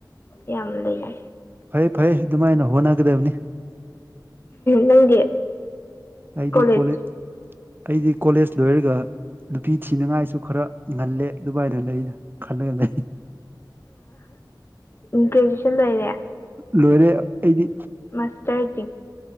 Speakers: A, on the left; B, on the right.
A: ꯌꯥꯝ ꯂꯩꯌꯦ
B: ꯐꯩ ꯐꯩ ꯑꯗꯨꯃꯥꯏꯅ ꯍꯣꯠꯅꯒꯗꯕꯅꯤ
A: ꯅꯪꯗꯤ
B: ꯑꯩꯗꯤ
A: ꯀꯣꯂꯦꯖ
B: ꯀꯣꯂꯦ ꯑꯩꯗꯤ ꯀꯣꯂꯦꯖ ꯂꯣꯏꯔꯒ ꯅꯨꯄꯤ ꯊꯤꯅꯉꯥꯏꯁꯨ ꯈꯔ ꯉꯜꯂꯦ ꯗꯨꯕꯥꯏꯗ ꯂꯩꯅ ꯈꯜꯂꯒ ꯂꯩ
A: ꯒ꯭ꯔꯦꯖꯨꯌꯦꯦꯁꯟ ꯂꯩꯔꯦ
B: ꯂꯣꯏꯔꯦ ꯑꯩꯗꯤ
A: ꯃꯥꯁꯇ꯭ꯔꯗꯤ